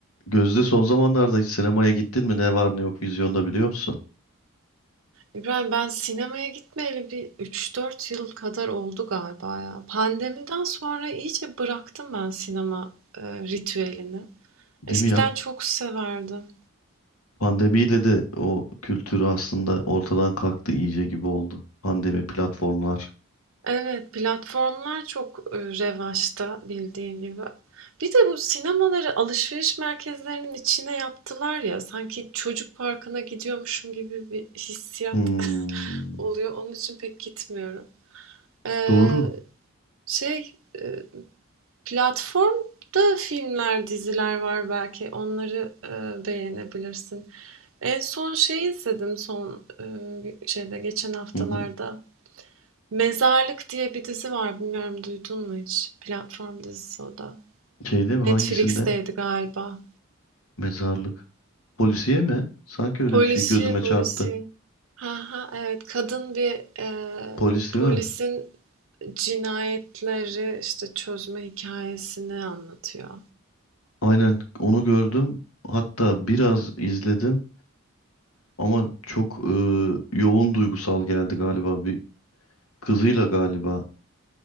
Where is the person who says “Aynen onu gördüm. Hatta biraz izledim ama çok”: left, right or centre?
Left